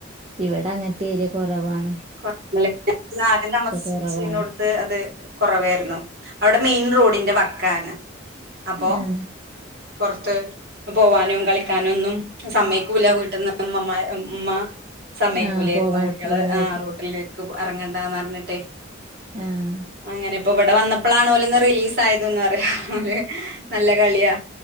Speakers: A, on the right; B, on the right.
A: ഇവടെ അങ്ങനത്തെ ഏരിയ കൊറവാണ്.
B: <unintelligible> ആദ്യം താമസിച്ചിന്നോടത്ത്
A: കുറവാണ്
B: അത് കൊറവേയിരുന്നു. അവിടെ മെയിൻ റോഡിന്റെ വക്കാണ്. അപ്പോ
A: ആഹ്
B: പൊറത്ത് പോവാനും കളിക്കാനൊന്നും സമ്മയിക്കൂല വീട്ടിന്ന് <unintelligible> ഉമ്മ. സമ്മയ്ക്കൂലായിരുന്നു
A: ആഹ് പോകാൻ
B: കുട്ടികള്
A: വരാൻ
B: ആ റോട്ടിലേക്ക് എറങ്ങേണ്ട എന്ന് പറഞ്ഞിട്ട്
A: ആഹ്
B: അങ്ങനെ ഇപ്പൊ ഇവ ഇവിടെ വന്നപ്പോഴാണോലോന്ന് റിലീസ് ആയതെന്ന് പറയാ. അതേ നല്ല കളിയാ.